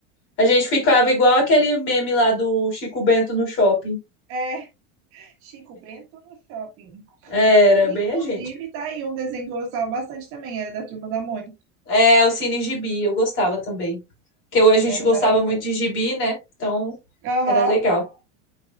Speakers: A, on the left; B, on the right.
A: A gente ficava igual aquele meme lá do Chico Bento no shopping.
B: É, Chico Bento no shopping.
A: Era
B: Inclusive,
A: bem a gente.
B: tá aí um desenho que eu gostava bastante também, era da Turma da Mônica.
A: É, o Cine Gibi, eu gostava também. Porque eu- a gente
B: Era
A: gostava
B: maravilhoso.
A: muito de gibi, né? Então,
B: Aham,
A: era legal.